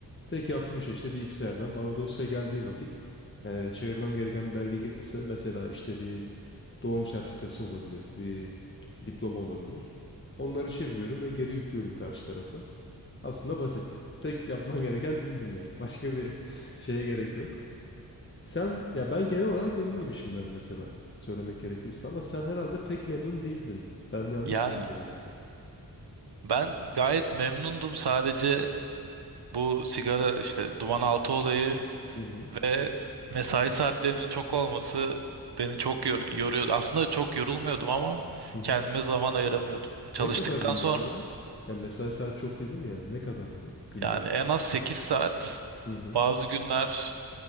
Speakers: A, on the left; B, on the right.
A: Tek yaptığım şey işte bilgisayardan bana dosya geldiği vakit e, çevirmem gereken bir belge gelirse mesela işte bir doğum sertifikası olabilir, bir diploma olabilir. Onları çeviriyorum ve geri yüklüyorum karşı tarafı. Aslında basit. Tek yapman gereken dil bilmek. Başka bir <laughs> şeye gerek yok. Sen ya ben genel olarak memnunum işimden mesela söylemek gerekirse ama sen herhalde pek memnun değildin. Ben yanlış
B: Yani
A: mı anlıyorum yoksa?
B: ben gayet memnundum. Sadece bu sigara işte duman altı olayı
A: Hı hı.
B: Ve mesai saatlerinin çok olması beni çok yor- yoruyordu. Aslında çok yorulmuyordum ama
A: Hı hı.
B: kendime zaman ayıramıyordum. Çalıştıktan
A: Ne kadardı mesela?
B: sonra
A: Ya mesai saat çok dedin ya ne kadardı günde?
B: yani en az sekiz saat
A: Hı hı.
B: bazı günler